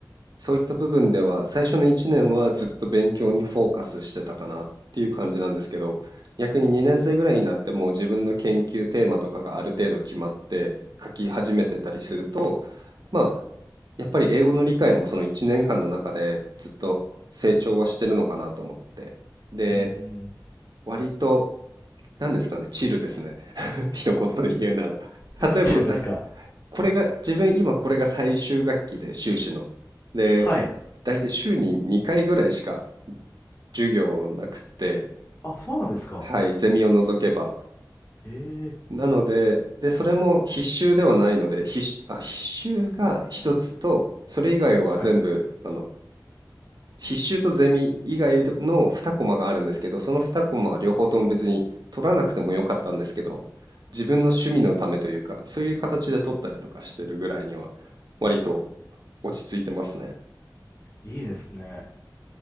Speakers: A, on the right (about 60°); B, on the left (about 30°).
A: そういった部分では、最初の1年はずっと勉強にフォーカスしてたかなっていう感じなんですけど、逆に2年生ぐらいになってもう自分の研究テーマとかがある程度決まって書き始めてたりすると、まあ、やっぱり英語の理解もその1年間の中でずっと成長はしてるのかなと思って。で、
B: うーん。
A: 割と、何ですかね、チルですね。一言で言うなら。例えば、
B: チルですか
A: なんか、これが、自分今これが最終学期で、修士の。で、
B: はい。
A: 大体週に2回ぐらいしか授業なくて、
B: あ、そうなんですか。
A: はい、ゼミを除けば。
B: ええ
A: なので、で、それも必修ではないので、必修、あ、必修が一つと、それ以外は全部、
B: はい。
A: あの、必修とゼミ以外の2コマがあるんですけど、その2コマは両方とも別に取らなくてもよかったんですけど、自分の趣味のためというか、そういう形で取ったりとかしてるぐらいには、割と落ち着いてますね。
B: いいですね。